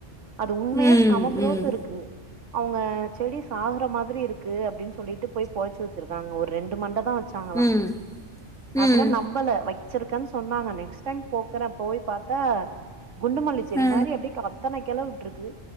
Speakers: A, on the right; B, in the centre.
A: அது உண்மையா
B: ம்.
A: செம
B: ம்.
A: குரோத்து இருக்கு அவுங்க செடி சாகற மாதிரி இருக்கு அப்டின் சொ ல்லீட்டு போய் பொதச்சு வெச்சிருக்காங்க ஒரு ரெண்டு மண்ட தா வச்சாங்களா
B: ம்.
A: நா
B: ம்.
A: கூட நம்பல வெ ச்சிருக்கன் சொன்னாங்க நெக்ஸ்ட் டைம் போகுற போய் பாத்தா குண்டுமல்லி செடி
B: ஆ.
A: மாரி அப்டியே அத்தனைக் கெள உட்ருக்கு